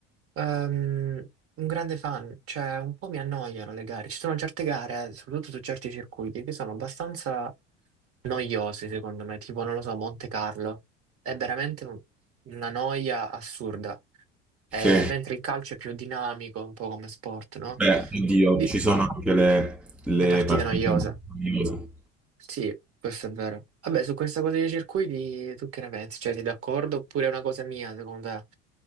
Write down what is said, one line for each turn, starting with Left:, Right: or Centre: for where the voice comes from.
Right: ehm, un grande fan. Cioè, un po' mi annoiano le gare. Ci sono certe gare, eh, soprattutto su certi circuiti, che sono abbastanza noiosi secondo me, tipo non lo so, Monte Carlo è veramente un- una noia assurda, Eh,
Centre: Sì.
Right: mentre il calcio è più dinamico, un po' come sport, no?
Centre: Beh, oddio,
Right: Di-
Centre: ci sono anche le, le
Right: le partite
Centre: partite
Right: noiose,
Centre: meravigliose.
Right: sì, questo è vero. Vabbè, su questa cosa dei circuiti tu che ne pensi? Cioè, sei d'accordo oppure è una cosa mia secondo te?